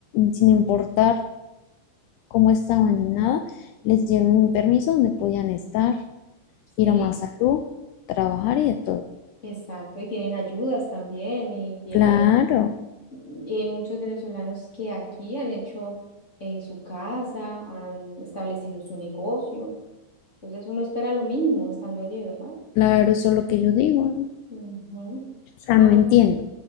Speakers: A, on the left; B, on the left.
A: sin importar cómo estaban ni nada, les dieron un permiso donde podían estar, ir
B: Sí,
A: a más salud, trabajar y de todo.
B: Exacto, y tienen ayudas también, y tienen
A: Claro,
B: y hay muchos venezolanos que aquí han hecho eh, su casa, han establecido su negocio. Entonces uno espera lo mismo estando allí, ¿verdad?
A: claro, eso es lo que yo digo. O
B: Ujú.
A: sea,
B: Ah,
A: no entiendo.